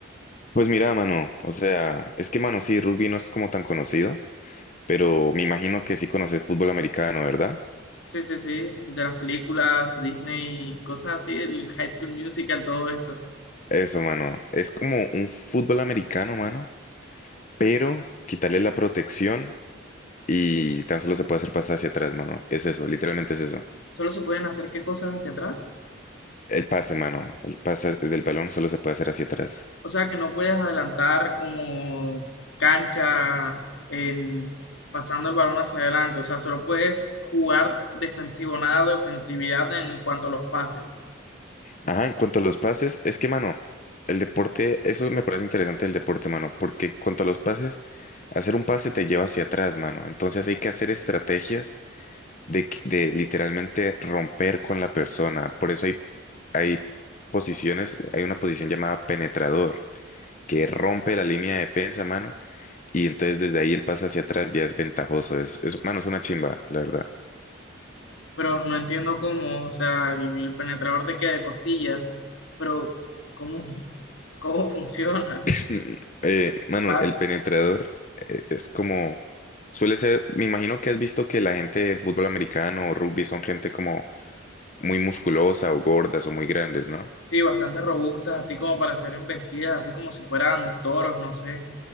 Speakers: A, on the left; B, on the left.
A: Pues mira, mano, o sea, es que, mano, sí, rugby no es como tan conocido, pero me imagino que sí conoces fútbol americano, ¿verdad?
B: Sí, sí, sí, de las películas, Disney, cosas así, el High School Musical, todo eso.
A: Eso, mano, es como un fútbol americano, mano, pero quitarle la protección y tan solo se puede hacer pasar hacia atrás, mano. Es eso, literalmente es eso.
B: ¿Solo se pueden hacer qué cosas hacia atrás?
A: El pase, mano, el pase del balón solo se puede hacer hacia atrás.
B: O sea que no puedes adelantar como cancha en pasando el balón hacia adelante. O sea, solo puedes jugar defensivo, nada de ofensividad en cuanto a los pases.
A: Ajá, en cuanto a los pases, es que, mano, el deporte, eso me parece interesante el deporte, mano, porque en cuanto a los pases, hacer un pase te lleva hacia atrás, mano. Entonces hay que hacer estrategias de, que- de literalmente romper con la persona. Por eso hay, hay posiciones, hay una posición llamada penetrador, que rompe la línea de defensa, mano, y entonces desde ahí el pase hacia atrás ya es ventajoso. Es, es- mano, es una chimba, la verdad.
B: Pero no entiendo cómo, o sea, el el penetrador te queda de costillas, pero cómo, cómo funciona.
A: <laughs> Mm, Eh, mano,
B: Pases,
A: el penetrador eh, es como, suele ser, me imagino que has visto que la gente de fútbol americano o rugby son gente como muy musculosa o gordas o muy grandes, ¿no?
B: sí, bastante robustas, así como para ser embestidas, así como si fueran toros, no sé.